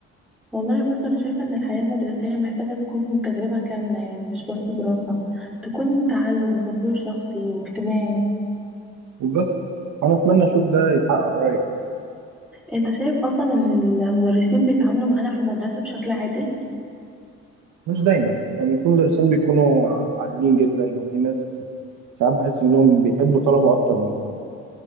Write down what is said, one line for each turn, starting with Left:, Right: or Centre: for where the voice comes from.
Centre: والله برضو أنا شايفة إن الحياة المدرسية محتاجة تكون تجربة كاملة يعني مش بس دراسة تكون تعلم وتطوير شخصي واجتماعي
Right: بالظبط انا اتمنى اشوف ده يتحقق قريب
Centre: أنت شايف أصلا إن المدرسين بيتعاملوا معانا في المدرسة بشكل عادل؟
Right: مش دايما يعني في مدرسين بيكونوا عادلين جدا وفي ناس ساعات بحس انهم بيحبوا طلبه اكتر من غيرهم